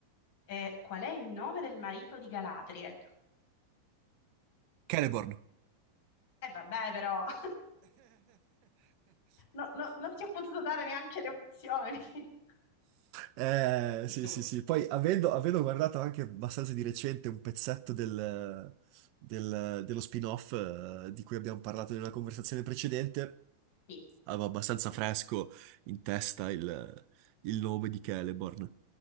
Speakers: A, on the left; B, on the right.
A: Eh, qual è il nome del marito di Galadriel?
B: Celeborn.
A: E vabbè, però <laughs> No, no, non ti ho potuto dare neanche le opzioni. <laughs>
B: Eh, sì,
A: Giusto.
B: sì, sì. Poi avendo, avendo guardato anche abbastanza di recente un pezzetto del- del- dello spin-off eh, di cui abbiamo parlato in una conversazione precedente,
A: Sì,
B: avevo abbastanza fresco in testa il, il nome di Celeborn.